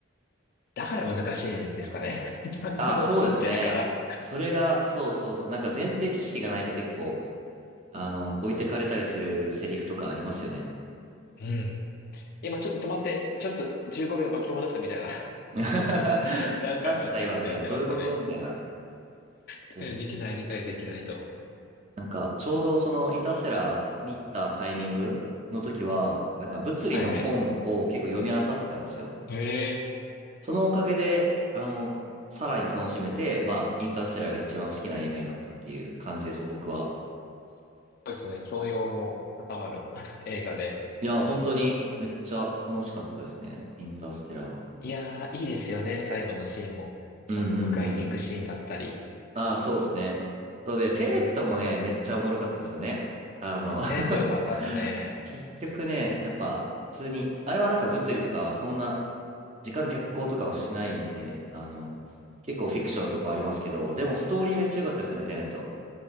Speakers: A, on the left; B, on the right.
A: だから難しいんですかね。<laughs> ちゃんと乗っ取ってるから。
B: あ、そうですね。それが、そうそうそう、なんか前提知識がないと結構、あの、置いてかれたりするセリフとかありますよね。
A: うん。今ちょっと止まって、ちょっと15秒巻き戻すみたいな <laughs>
B: <laughs>
A: ことを何回もやって、
B: な、なんつった今みたいな、
A: やってましたね。
B: どういうことみたいな。そうそう。
A: 理解できない、理解できないと。
B: なんか、ちょうどそのインターステラー見たタイミングの時は、なんか物理の本を結構読み漁ってたんですよ。
A: はいはい。へえ、
B: そのおかげで、あの、さらに楽しめて、まあ、インターステラーが一番好きな映画になったっていう感じですね、僕は。
A: そうですね。教養も高まる <laughs> 映画で。
B: いや、本当にめっちゃ楽しかったですね、インターステラーは。
A: いやー、いいですよね。最後のシーンも。ちゃんと迎えに行くシーンだったり。
B: うんうんうん。ああ、そうですね。なので、テネットもね、
A: うん
B: めっちゃおもろかったですよね。あの
A: えーと、よかったですね。
B: <laughs> 結局ね、やっぱ普通に、あれはなんか物理とかはそんな、時間逆行とかはしないんで、あの、結構フィクションなとこありますけど、でもストーリーめっちゃ良かったですよね、テネット。